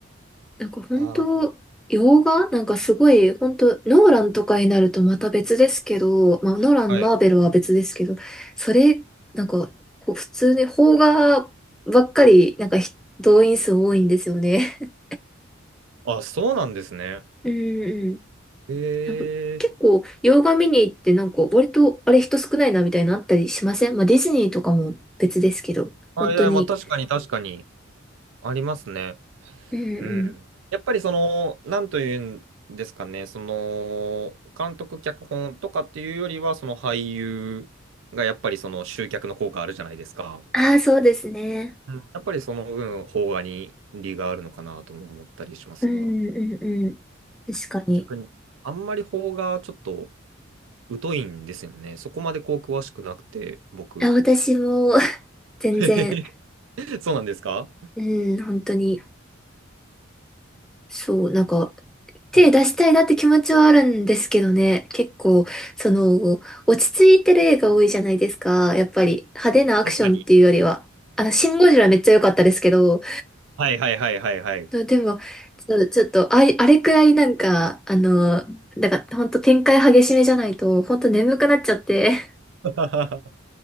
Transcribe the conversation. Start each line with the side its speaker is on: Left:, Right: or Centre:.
Centre: なんか本当、
Right: あ
Centre: 洋画なんかすごい、本当ノーランとかになるとまた別ですけど、まあ、ノーラン、
Right: あ、はい。
Centre: マーベルは別ですけど、それ、なんか、こう普通に邦画ばっかり、なんかひ動員数多いんですよね。
Right: あ、そうなんですね。
Centre: うんうん。
Right: ええ。
Centre: なんか結構、洋画見に行って、なんか割と、あれ人少ないなみたいなのあったりしませんまあ、ディズニーとかも別ですけど、
Right: あ、
Centre: 本当に。
Right: いや、まあ確かに確かにありますね。
Centre: うんうん。
Right: うん。やっぱりその、なんというんですかね、その、監督、脚本とかっていうよりは、その俳優がやっぱりその集客の効果あるじゃないですか。
Centre: ああ、そうですね。
Right: うんやっぱりその分、邦画に利があるのかなとも思ったりしますが、
Centre: うんうんうん。確かに。
Right: 逆に、あんまり邦画ちょっと疎いんですよね。そこまでこう詳しくなくて、僕。
Centre: あ、私も、<laughs> 全然、
Right: <laughs> そうなんですか
Centre: うん、本当に、そう、なんか、手出したいなって気持ちはあるんですけどね、
Right: はい。
Centre: 結構、その、落ち着いてる映画多いじゃないですか、やっぱり、派手なアクションっていうよりは、
Right: 確かに。
Centre: あの、シン・ゴジラめっちゃ良かったですけど、
Right: はいはいはいはいはい。
Centre: でも、ちょちょっと、あれ、あれくらいなんか、あの、なんか、ほんと展開激しめじゃないと、ほんと眠くなっちゃって、
Right: <laughs>